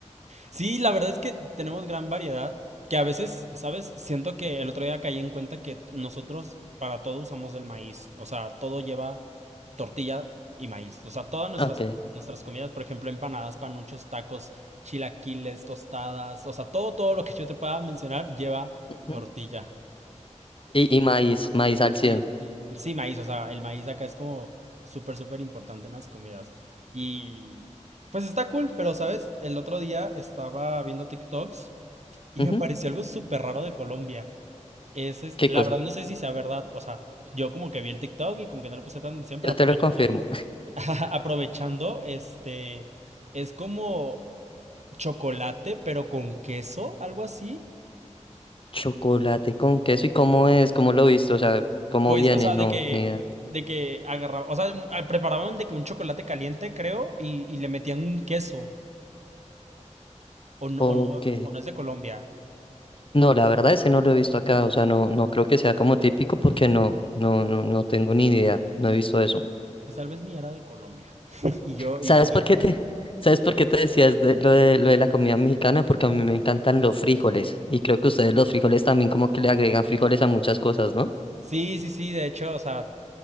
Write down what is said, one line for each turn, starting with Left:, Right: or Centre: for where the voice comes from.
Right: Sí, la verdad es que tenemos gran variedad, que a veces, ¿sabes? Siento que el otro día caí en cuenta que nosotros para todo usamos el maíz, o sea, todo lleva tortilla y maíz, o sea, todas nuestras,
Left: Ok.
Right: nuestras comidas, por ejemplo, empanadas, panuchos, tacos, chilaquiles, tostadas, o sea, todo, todo lo que yo te pueda mencionar lleva
Left: Ujú.
Right: tortilla.
Left: Y, y maíz, maíz al cien.
Right: Sí, sí. Sí, maíz, o sea, el maíz acá es como súper, súper importante en las comidas. Y pues está cool, pero, ¿sabes? El otro día estaba viendo TikToks. Y
Left: Ujú.
Right: me pareció algo súper raro de Colombia. Es este,
Left: ¿Qué
Right: la
Left: cosa?
Right: verdad no sé si sea verdad, o sea, yo como que vi el TikTok y como que no le puse tanta atención, pero
Left: Yo
Right: aprovechando,
Left: te lo confirmo.
Right: <laughs> aprovechando, este, es como chocolate, pero con queso, algo así.
Left: <laughs> Chocolate con queso, ¿y cómo es? ¿Cómo lo viste? O sea, ¿cómo
Right: Pues,
Left: viene?
Right: o sea,
Left: No,
Right: de que,
Left: ni idea.
Right: de que agarraban, o sea, mu- ah, preparaban de que un chocolate caliente, creo, y, y le metían un queso, o no,
Left: Ok.
Right: o no, o no es de Colombia.
Left: No, la verdad ese no lo he visto acá, o sea, no, no creo que sea como típico porque no, no, no, no tengo ni idea, no he visto eso.
Right: Pues tal vez ni era de Colombia. <laughs> Y yo,
Left: ¿Sabes
Right: y yo, ya
Left: por qué te, <laughs> sabes por qué te decías de lo de, lo de la comida mexicana? Porque a mí me encantan los frijoles y creo que ustedes los frijoles también como que le agregan frijoles a muchas cosas, ¿no?
Right: Sí, sí, sí, de hecho, o sea,